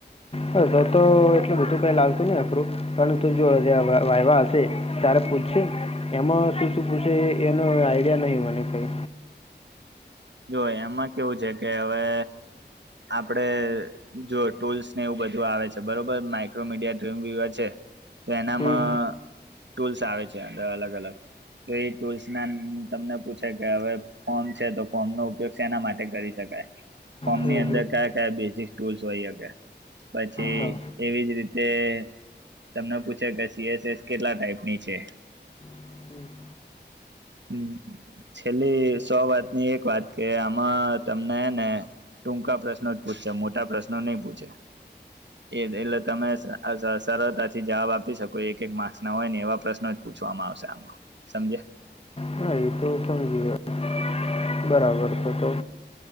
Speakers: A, on the left; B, on the right.
A: હ તો તો એટલું બધું કઈ લાગતું નય અઘરું પરંતુ જોં વાઇવા હશે ત્યારે પૂછ એમાં શું શું પૂછે એનો આઈડિયા નહિ મને કઈ
B: જો એમાં કેવું છે કે હવે આપડે જો ટૂલ્સ ને એવું બધું આવે છે બરોબર માઈક્રોમીડિયામ <unintelligible> છે તો એનામાં
A: હમ
B: ટૂલ્સ આવે છે અંદર અલગ અલગ તો એ ટૂલ્સ ના તમને પૂછે કે હવે ફોન છે તો ફોર્મ નો ઉપયોગ શેના ના માટે કરી શકાય ફોર્મ
A: હમ
B: ની અંદર
A: હમ
B: કયા કયા બેઝિક ટૂલ્સ હોઈ શકે પછી
A: હા
B: એવીજ રીતે તમને પૂછે કે સીએસએસ કેટલા ટાઈપની છે.
A: હમ્મ
B: હમ્મ છેલ્લી સો વાતની એક વાત કે આમાં તમને હે ને ટૂંકા પ્રશ્નો જ પૂછશે મોટા પ્રશ્નો નહી પૂછે એ એટલે તમે સરળતાથી જવાબ આપી શકો એક એક માર્સ ના હોય ને એવા પ્રશ્નો જછ પૂછવામાં આવશે આમાં સમજયા
A: હા એ તો સમજી ગયો બરાબર છે તો